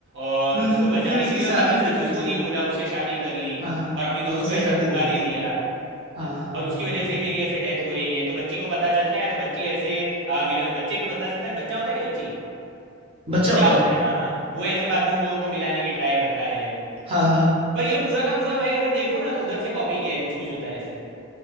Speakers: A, on the right; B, on the right.
A: और
B: हम्म
A: उसको
B: हम्म,
A: बचाने
B: फिर
A: के
B: उसकी
A: लिए और
B: शादी
A: बाद में
B: भी
A: सच
B: हो जाती
A: उसको नहीं
B: है
A: बोला उससे शादी कर ली
B: हाँ हाँ
A: और अपनी दोस्त
B: हाँ उससे
A: को ऐसे
B: शादी
A: धोखा
B: कर लेती
A: दे
B: है।
A: दिया
B: हाँ हाँ
A: और उसकी
B: हाँ
A: वजह
B: हाँ
A: से ही मेरी ऐसे डेथ हो रही है तो बच्ची को पता चलता है तो बच्ची ऐसे आ, मिला बच्चे को पता चलता है बच्चा होता है कि बच्ची
B: बच्चा
A: बच्चा
B: होता
A: होता
B: है
A: है हाँ हाँ वो ऐसे बाद में उन लोगों को मिलाने की ट्राई करता है
B: हाँ हाँ
A: पर ये पूरा का पूरा भाई अगर देखो ना तो उधर से कॉपी किया है कुछ कुछ होता है ऐसे